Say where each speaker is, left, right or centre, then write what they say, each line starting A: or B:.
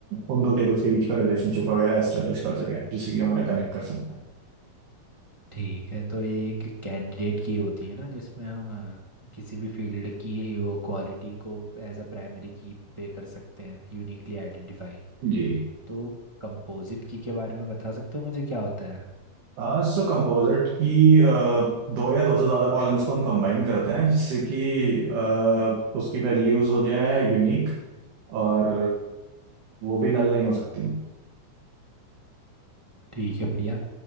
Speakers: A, on the right; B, on the right.
A: उन दो टेबल्स के बीच पर रिलेशनशिप वगैरह एस्टेब्लिश कर सकें जिससे कि हम उन्हें कनेक्ट कर सकते हैं
B: ठीक है तो ये एक कैंडिडेट की होती है ना जिसमें हम अ, किसी भी फील्ड की ये वो क्वालिटी को एज अ प्राइमरी की पे कर सकते हैं यूनिकली आइडेंटिफाई
A: जी
B: तो कंपोजिट की के बारे में बता सकते हो मुझे क्या होता है
A: आ, सो कंपोजिट की अ, दो या दो से ज़्यादा कॉलम्स को हम कंबाइन करते हैं जिससे कि अ, उसकी वैल्यूज हो जाए यूनिक और वो भी नल नहीं हो सकती
B: ठीक है बढ़िया